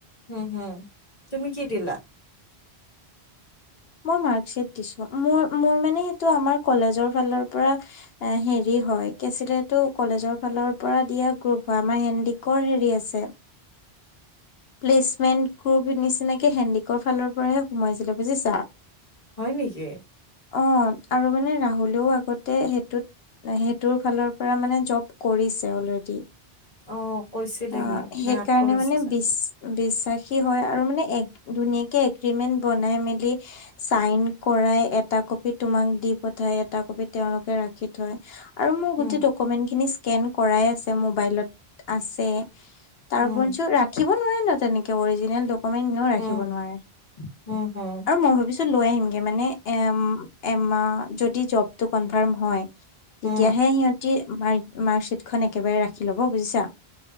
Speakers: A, on the left (about 40°); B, on the left (about 70°).
A: উম হুম তুমি কি দিলা।
B: মই মাৰ্কশ্বিট দিছো মোৰ মোৰ মানে সেইটো আমাৰ কলেজৰ ফালৰ পৰা এ হেৰি হয় কি আছিলে সেইটো কলেজৰ ফালৰ পৰা দিয়া গ্ৰুপ হয় আমাৰ হেণ্ডিকৰ হেৰি আছে। প্লেচমেন্ট গ্ৰুপ নিচিনাকে হেণ্ডিকৰ ফালৰ পৰাহে সোমাইছিলে বুজিছা। <inaudible>
A: হয় নেকি।
B: অ আৰু মানে ৰাহুলেও আগতে সেইটোত সেইটোৰ ফালৰ পৰা মানে জব কৰিছে অলৰেডি।
A: অ কৈছিলেহি
B: অ'
A: সেয়াত
B: সেইকাৰণে
A: কৰিছে
B: মানে
A: চ।
B: বিচ বিশ্বাসী হয় আৰু মানে ধুনীয়াকে এগ্ৰীমেন্ট বনাই মেলি চাইন কৰাই এটা কপি তোমাক দি পঠাই এটা কপি তেওঁলোকে ৰাখি আৰু মোৰ গো
A: উম
B: কমেনট খিনি স্ক্ৰীন কৰাই আছে মবাইল টো আছে তাৰ
A: উম
B: ৰাখিব নোৱাৰে ন তেনেকে অৰিজিনেল ডকুমেণ্ট ন ৰাখিব
A: উম
B: নোৱাৰে
A: উম হম
B: আৰু মই ভাবিছো লৈ আহিমগে মানে এ এমাহ যদি জব টো কনফাৰ্ম হয় তেতিয়াহে
A: উম
B: সিহঁতি মাৰ্কশ্বীটখন একেবাৰে ৰাখি ল'ব বুজিছা